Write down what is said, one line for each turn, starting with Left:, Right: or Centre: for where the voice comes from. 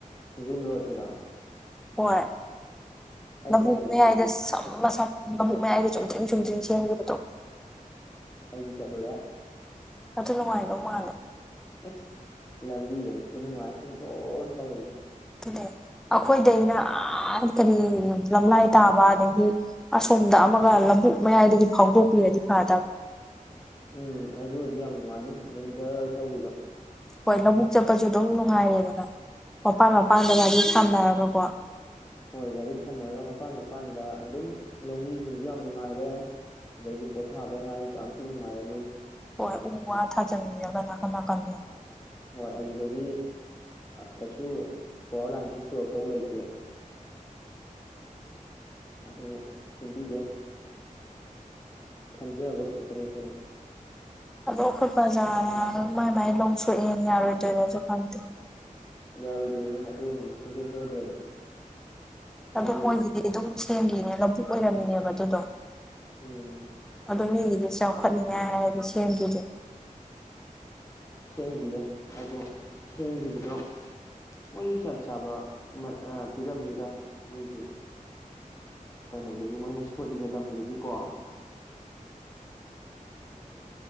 Left: ꯔꯔꯤꯡ ꯔꯇ ꯔꯥ
Centre: ꯍꯣꯏ ꯂꯕꯨꯨ
Left: ꯆꯠꯂꯨꯔꯦ
Centre: ꯃꯌꯥꯏꯗ ꯁꯅ ꯁ ꯃꯕꯨꯛ ꯃꯌꯥꯏꯒ ꯆꯨꯝꯗ꯭ꯔꯤꯡ ꯆꯨꯝꯗ꯭ꯔꯤꯡ ꯁꯦꯝꯈꯤꯕꯗꯣ
Left: ꯑꯩꯗꯤ ꯆꯠꯂꯨꯔꯦ
Centre: ꯑꯗꯨ ꯅꯨꯡꯉꯥꯏꯅꯣ ꯃꯥꯜꯂꯦ
Left: ꯏꯁꯁ ꯂꯝꯕꯤꯒꯗꯤ ꯈꯨꯅꯨꯡ ꯉꯥꯛꯅꯤ ꯖꯣꯔ ꯊꯋꯦꯗꯣ
Centre: ꯦ ꯑꯩꯈꯣꯏꯗ ꯑꯩꯅ ꯀꯔꯤ ꯂꯝꯂꯥꯏ ꯇꯥꯕ ꯑꯗꯒꯤ ꯑꯁꯣꯝꯗ ꯑꯃꯒ ꯛ ꯃꯌꯥꯏꯗꯒꯤ ꯐꯥꯎꯗꯣꯛꯄꯤꯔꯗꯤ ꯐꯥꯗ
Left: ꯎꯝ ꯑꯗꯨ ꯑꯣꯏꯗꯤ ꯌꯥꯝ ꯅꯨꯡꯉꯥꯏꯅꯤ ꯑꯗꯨꯝ ꯖꯔ ꯊꯧꯈꯤꯕ
Centre: ꯍꯣꯏ ꯂꯧꯕꯨꯛ ꯆꯠꯄꯁꯨ ꯑꯗꯨꯝ ꯅꯨꯡꯉꯥꯏꯌꯦꯦꯗꯅ ꯃꯄꯥꯟ ꯃꯄꯥꯟꯗ ꯒꯥꯔꯤ ꯊꯝꯅꯔꯒꯀꯣ
Left: ꯍꯣꯏ ꯒꯥꯔꯤ ꯈꯥꯝꯅꯔꯒ ꯃꯄꯥꯟ ꯃꯄꯥꯟꯗ ꯑꯗꯨꯝ ꯂꯧꯃꯤꯁꯤꯡꯁꯨ ꯌꯥꯝ ꯅꯨꯡꯉꯥꯏꯔꯦ ꯑꯗꯩꯗꯤ ꯄꯣꯊꯥꯕꯩ ꯍꯥꯏꯔꯁꯨ ꯌꯥꯝ ꯊꯤꯅ ꯅꯨꯡꯉꯥꯏꯔꯅꯤ
Centre: ꯍꯣꯏ ꯎ ꯋꯥ ꯊꯥꯖꯟꯃꯤꯔꯒ ꯅꯥꯀꯟ ꯅꯥꯀꯟꯗ
Left: ꯍꯣꯏ ꯑꯗꯨꯗꯗꯤ ꯀꯩꯁꯨ ꯄꯋꯥꯔ ꯂꯥꯏꯟꯁꯨ ꯄꯨꯔꯛꯇꯧ ꯂꯩꯇꯦ ꯑꯗꯨ ꯁꯦꯝꯕꯤꯗꯦ ꯈꯟꯖꯕ ꯈꯛꯇꯅꯤ ꯑꯩꯈꯣꯏꯅ
Centre: ꯑꯗꯣ ꯑꯩꯈꯣꯏ ꯕ꯭ꯔꯖꯥꯅ ꯃꯥꯏ ꯃꯥꯏ ꯂꯧ ꯁꯣꯛꯑꯦꯅ ꯌꯥꯔꯣꯏꯗꯣꯏꯅꯁꯨ ꯈꯪꯗꯦ
Left: ꯌꯥꯔꯣꯏꯗꯣꯏꯅꯦ ꯑꯗꯨꯒꯨꯝꯕꯗꯤ ꯁꯨꯡꯁꯣꯏ ꯁꯣꯏꯗ꯭ꯔꯕꯅꯤ ꯍꯥꯏꯗꯤ
Centre: ꯑꯗꯣ ꯃꯣꯏꯒꯤꯗꯤ ꯑꯗꯨꯝ ꯁꯦꯝꯈꯤꯅꯦ ꯂꯕꯨꯨꯛ ꯑꯣꯏꯔꯝꯃꯤꯅꯦꯕ ꯑꯗꯨꯗꯣ
Left: ꯎꯝ
Centre: ꯑꯗꯨ ꯃꯤꯒꯤꯗꯤ ꯆꯥꯎꯈꯠꯅꯤꯡꯉꯥꯏ ꯍꯥꯏꯔꯗꯤ ꯁꯦꯝꯈꯤꯗꯦ
Left: ꯁꯦꯝꯈꯤꯌꯦ ꯑꯗꯣ ꯁꯦꯝꯈꯤꯕꯗꯣ ꯃꯣꯏꯁꯨ ꯆꯞ ꯆꯥꯕ ꯃꯠ ꯑ ꯄꯤꯔꯝꯅꯤꯗ ꯃꯣꯏꯒꯤ ꯀꯩꯅꯣꯗꯨꯒꯤ ꯃꯣꯏꯅ ꯁꯣꯛꯏꯕ ꯂꯝꯗꯨꯒꯤꯀꯣ